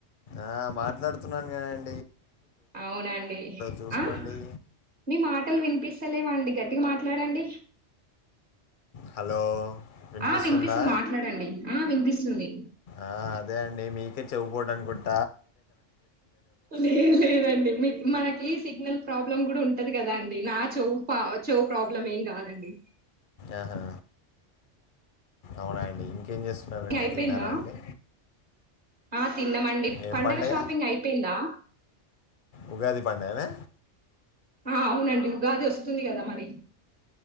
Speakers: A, on the left (about 50°); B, on the right (about 45°).
A: ఆ మాట్లాడుతున్నాను కానీడి
B: అవునండి
A: చూసుకోండి
B: ఆ మీ మాటలు వినిపిస్తలేవాండి గట్టి గట్టిగా మాట్లాడండి,
A: హలో వినిపిస్తుందా
B: ఆ వినిపిస్తుంది మాట్లాడండి ఆ వినిపిస్తుంది.
A: ఆ అదే అండి మీకే చెవుకోవట అనుకుంట
B: లేదు లేదండి మీ మనకి ఈ సిగ్నల్ ప్రాబ్లం కూడా ఉంటది కదా అండి నా చవు చవు ప్రాబ్లం ఏం కాదండి,
A: ఆహా అవునా అండి ఇంకేం చేస్తున్నారండి
B: అయిపోయిందా
A: తిన్నారా అండి,
B: ఆ తినమండి
A: ఏం
B: పండుగ
A: పండగ
B: షాపింగ్ అయిపోయిందా,
A: ఉగాది పండగానా
B: ఆ అవునండి ఉగాది వస్తుంది, కదా మరి